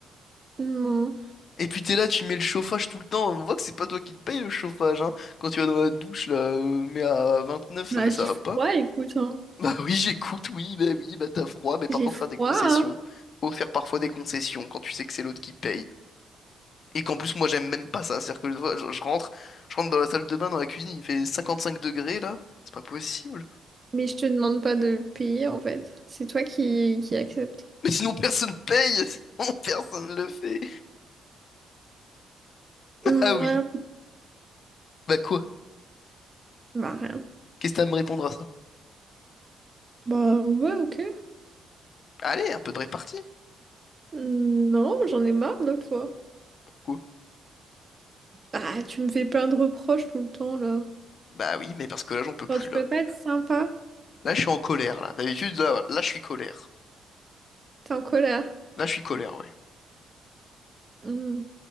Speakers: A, on the right; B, on the left.
A: Non.
B: Et puis t'es là, tu mets le chauffage tout le temps, on voit que c'est pas toi qui le paye le chauffage, hein. Quand tu vas dans la douche, là, euh, mais à 29,
A: Bah,
B: non mais ça
A: j'ai
B: va
A: froid,
B: pas. <laughs>
A: écoute, hein.
B: Bah oui, j'écoute, oui, bah oui, bah t'as froid, mais
A: J'ai
B: parfois
A: froid,
B: faut faire des concessions.
A: hein.
B: Faut faire parfois des concessions quand tu sais que c'est l'autre qui paye. Et qu'en plus, moi, j'aime même pas ça. C'est-à-dire que des fois, je, je rentre, je rentre dans la salle de bain, dans la cuisine, il fait 55 degrés, là. C'est pas possible.
A: Mais je te demande pas de payer, en fait. C'est toi qui, qui acceptes.
B: <laughs> Mais sinon, personne paye. <laughs> Sinon, personne le fait.
A: Hmm,
B: Ah oui.
A: ouais.
B: Bah quoi?
A: Bah, rien.
B: Qu'est-ce que t'as à me répondre à ça?
A: Bah, ouais, ok.
B: Allez, un peu de répartie.
A: Hmm, Non, j'en ai marre de toi.
B: Quoi?
A: Bah, tu me fais plein de reproches tout le temps, là.
B: Bah oui, mais parce que là, j'en peux plus,
A: Genre, tu
B: là.
A: peux pas être sympa,
B: Là, je suis en colère, là. D'habitude, là, là, je suis colère.
A: t'es en colère.
B: Là, je suis colère, ouais.
A: Hmm.